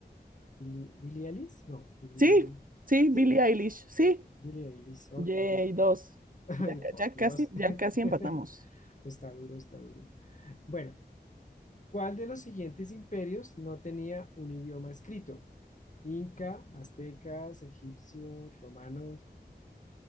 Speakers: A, on the left; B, on the right.
A: Billy, Billy Ellis? No, Billy.
B: Sí, sí, Billie
A: ¿Sí?
B: Eilish. Sí,
A: Billie Eilish, ok.
B: Yay, dos.
A: <laughs> Ay,
B: Ya, ca-
A: por
B: ya
A: Dios.
B: casi, ya
A: <laughs>
B: casi empatamos.
A: Está duro, está duro. Bueno, ¿cuál de los siguientes imperios no tenía un idioma escrito? Inca, aztecas, egipcios, romanos.